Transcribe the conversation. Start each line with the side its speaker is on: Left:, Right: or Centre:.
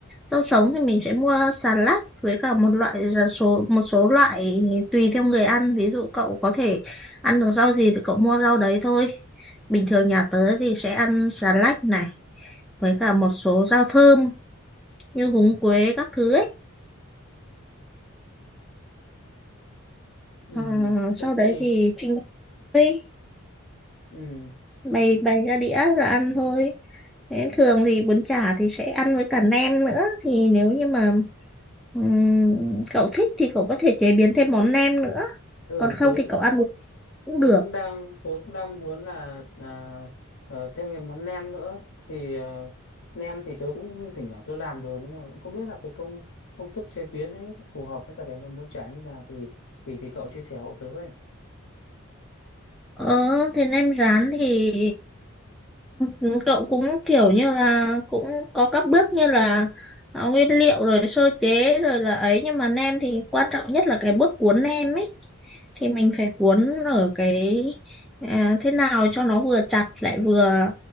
Centre: Rau sống thì mình sẽ mua xà lách với cả một loại là số một số loại tùy theo người ăn. Ví dụ cậu có thể ăn được rau gì thì cậu mua rau đấy thôi. Bình thường nhà tớ thì sẽ ăn xà lách này với cả một số rau thơm như húng quế các thứ ấy.
Left: Ừ
Centre: À, sau
Left: thế
Centre: đấy
Left: thì
Centre: thì trình bày
Left: ừ
Centre: bày bày ra đĩa rồi ăn thôi. Thế thường thì bún chả thì sẽ ăn với cả nem nữa thì nếu như mà ừm, cậu thích thì cậu có thể chế biến thêm món nem nữa
Left: ừ
Centre: còn không
Left: tớ
Centre: thì cậu ăn bún cũng
Left: tớ
Centre: được
Left: cũng đang tớ cũng đang muốn là à, ờ, thêm cái món nem nữa thì ờ, nem thì tớ cũng thỉnh thoảng tớ làm rồi nhưng mà cũng không biết là cái công công thức chế biến ấy phù hợp với cả cái món bún chả như nào thì thì thì cậu chia sẻ hộ tớ với.
Centre: ờ, thế nem rán thì Ừ, Cậu cũng kiểu như là cũng có các bước như là à, nguyên liệu rồi sơ chế rồi là ấy nhưng mà nem thì quan trọng nhất là cái bước cuốn nem ấy thì mình phải cuốn ở cái à, thế nào cho nó vừa chặt lại vừa